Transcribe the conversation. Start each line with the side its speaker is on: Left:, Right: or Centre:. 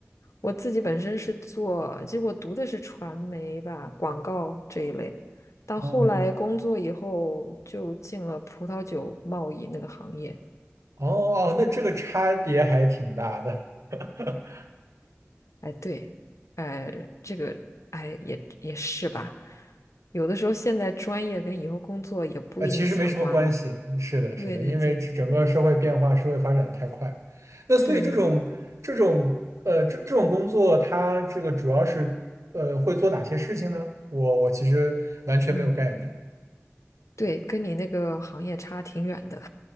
Left: 我自己本身是做，其实我读的是传媒吧，广告这一类，到后来工作以后就进了葡萄酒贸易那个行业。
Right: 嗯，哦哦，那这个差别还挺大的。<laughs>
Left: 哎，对，哎，这个，哎，也也是吧。有的时候现在专业跟以后工作也不一定相关呢。
Right: 呃，其实没什么关系，是的，是的，
Left: 对对对对
Right: 因为这整个社会变化、社会发展的太快，那所以这种这种呃这这种工作，
Left: 对对，
Right: 它这个主要是呃会做哪些事情呢？我我其实完全没有概念，
Left: 嗯，对，跟你那个行业差挺远的。